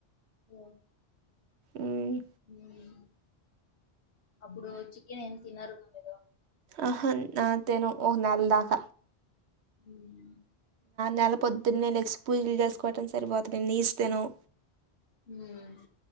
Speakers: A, on the left (about 80°); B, on the right (about 80°).
A: ఓ
B: ఉమ్,
A: హ్మ్ అప్పుడు చికెన్ ఏం తినరుగ మీరు
B: ఆహా ఆ తినం ఓక నేల్ దాక
A: హ్మ్
B: నెల పొద్దున్నే లెజిస్పోయీ పూజలు చేసుకోవటం సరిపోతుంది నీస్ తినం
A: హ్మ్